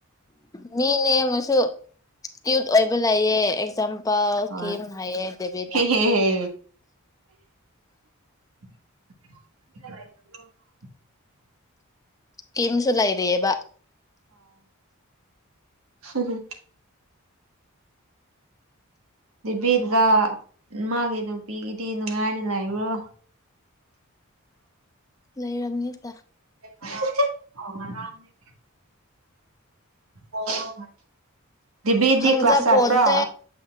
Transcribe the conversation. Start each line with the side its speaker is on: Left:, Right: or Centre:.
Left: ꯃꯤ ꯅꯦꯝꯃꯁꯨ ꯫ ꯀꯤꯌꯨꯠ ꯑꯣꯏꯕ ꯂꯩꯌꯦ꯫ ꯆꯝ꯫ ꯄꯥꯎ
Right: ꯍꯣꯏ
Left: ꯀꯤꯝ ꯍꯥꯏꯌꯦ ꯗꯦꯕꯤꯅ꯫
Right: ꯍꯦꯍꯦꯍꯦ <inaudible>
Left: ꯀꯤꯝꯁꯨ ꯂꯩꯔꯤꯑꯦꯕ꯫
Right: ꯍꯨꯝ ꯍꯨꯝ ꯫ ꯏꯦꯕꯤꯗꯨꯒ ꯃꯥꯒꯤ ꯅꯨꯄꯤꯒꯤꯗꯤ ꯅꯨꯡꯉꯥꯏꯅ ꯂꯩꯥꯎ꯭ꯔꯣ꯫
Left: ꯂꯩꯔꯝꯅꯤꯗ꯫
Right: <unintelligible> ꯑꯣ꯫ ꯗꯤꯕꯤꯗꯤ
Left: ꯈꯪꯖꯄꯣꯟꯇꯦ
Right: ꯀ꯭ꯂꯥꯁ ꯆꯠꯄꯔꯥ꯫